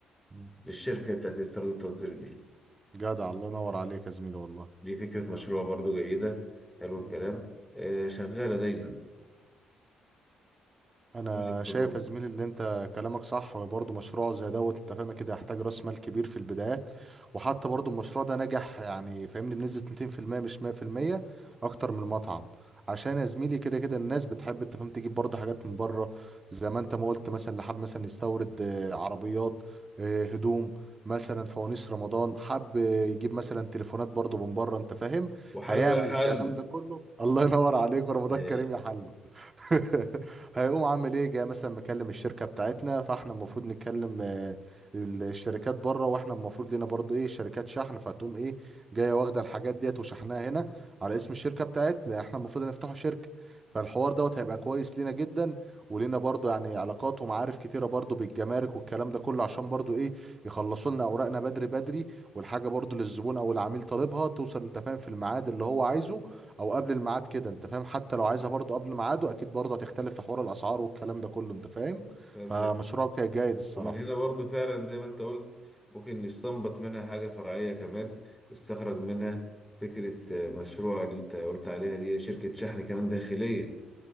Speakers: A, on the right (about 30°); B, in the centre.
A: مم.
B: للشركة بتاعت استيراد التصدير دي
A: جدع الله ينور عليك يا زميلي والله
B: دي فكرة مشروع برضو جيدة حلو
A: مم.
B: الكلام آه شغالة دايما
A: انا
B: اللي
A: شايف
B: برضو
A: يا زميلي اللي انت كلامك صح وبرضه مشروع زي دوت انت فاهم كده يحتاج راس مال كبير في البدايات وحتى برضه المشروع ده نجح يعني فاهمني بنسبة 200% مش 100% اكتر من المطعم عشان يا زميلي كده كده الناس بتحب انت فاهم تجيب برضه حاجات من بره زي ما انت ما قلت مثلا اللي حب مثلا يستورد آه، عربيات آه، هدوم مثلا فوانيس رمضان حب آه، يجيب مثلا تليفونات برضه من بره انت فاهم
B: وحله
A: هيعمل
B: يا حله
A: الكلام ده <laughs> كله الله ينور عليك ورمضان
B: آه
A: كريم يا حلو <laughs> هيقوم عامل ايه جاي مثلا مكلم الشركه بتاعتنا فاحنا المفروض نتكلم آه، الشركات بره واحنا المفروض لينا برضه ايه شركات شحن فتقوم ايه جايه واخده الحاجات ديت وشحناها هنا على اسم الشركه بتاعتنا لأن احنا المفروض نفتحوا شركه فالحوار دوت هيبقى كويس لينا جدا ولينا برضه يعني علاقات ومعارف كتيره برضه بالجمارك والكلام ده كله عشان برضه ايه يخلصوا لنا اوراقنا بدري بدري والحاجه برضه للزبون او العميل طالبها توصل انت فاهم في الميعاد اللي هو عايزه او قبل الميعاد كده انت فاهم حتى لو عايزها برضو قبل ميعاده اكيد برضو هتختلف في حوار الاسعار والكلام ده كله انت فاهم
B: فاهم
A: فمشروعك جيد الصراحه
B: ومن هنا برضو فعلا زي ما انت قلت ممكن يستنبط منها حاجة فرعية كمان يستخرج منها فكرة آه، مشروع اللي انت قلت عليها دي شركة شحن كمان داخلية